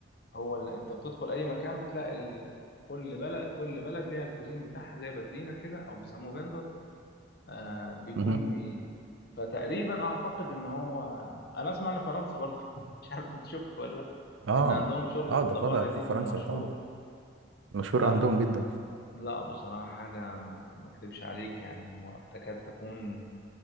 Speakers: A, on the left (about 55°); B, on the right (about 85°).
A: هو اللي انت بتدخل اي مكان بتلاقي ال... كل بلد كل بلد ليها الكوزين بتاعها زي باترينا كده او بيسموه فيندور آه بيكون
B: مهم.
A: بي فتقريبا اعتقد ان هو انا اسمع ان فرنسا برضه <laughs> مش عارف انت شفت ولا لأ،
B: اه
A: ان عندهم شوربة
B: اه
A: الضفادع
B: ده فضع في
A: دي
B: فرنسا
A: م- مشهورة
B: طبعا مشهور
A: لا
B: عندهم جدا
A: لا بصراحة حاجة ما ما اكذبش عليك يعني م- تكاد تكون